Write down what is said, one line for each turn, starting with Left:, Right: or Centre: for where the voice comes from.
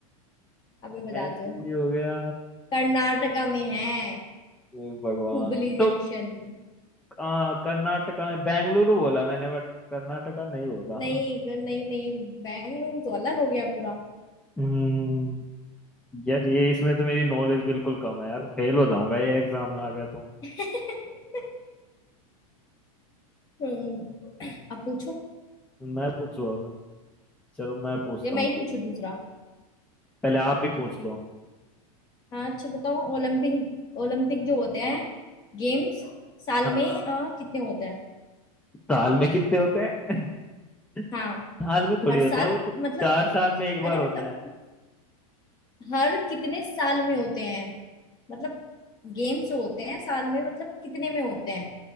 Left: अब मैं बताती
Centre: एमपी
Left: हूँ
Centre: भी हो गया
Left: कर्नाटका में है
Centre: हे भगवान
Left: हुबली जंक्शन
Centre: तो आ, कर्नाटका में बेंगलुरु बोला मैंने बट कर्नाटका नहीं बोला
Left: नहीं ग- नहीं नहीं बेंगलुरु तो अलग हो गया पूरा
Centre: हम्म यार ये इसमें तो मेरी नॉलेज बिल्कुल कम है यार फेल हो जाऊंगा ये एग्जाम में आ गया तो
Left: <laughs> हम्म अब पूछो
Centre: मैं पूछू अब चलो मैं पूछता
Left: ये
Centre: हूँ
Left: मैं ही पूछू
Centre: कोई
Left: दूसरा
Centre: पहले आप ही पूछ लो
Left: हाँ अच्छा बताओ ओलंपिक ओलंपिक जो होते हैं गेम्स साल
Centre: हाँ
Left: में अ, कितने होते हैं
Centre: साल में कितने होते हैं
Left: हाँ
Centre: <laughs> साल में थोड़ी
Left: हर साल
Centre: होते हैं वो तो
Left: मतलब
Centre: चार साल में एक
Left: अरे
Centre: बार होता
Left: मतलब
Centre: है
Left: हर कितने साल में होते हैं मतलब गेम्स जो होते हैं साल में मतलब कितने में होते हैं